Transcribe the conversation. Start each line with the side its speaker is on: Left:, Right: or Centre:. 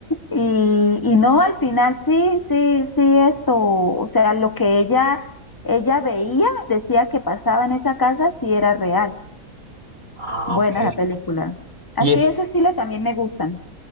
Left: Y, y no, al final sí, sí, sí, esto, o sea, lo que ella, ella veía, decía que pasaba en esa casa, sí era real.
Right: Ah,
Left: Buena
Right: ok.
Left: la película. Así
Right: ¿Y es,
Left: de ese estilo también me gustan.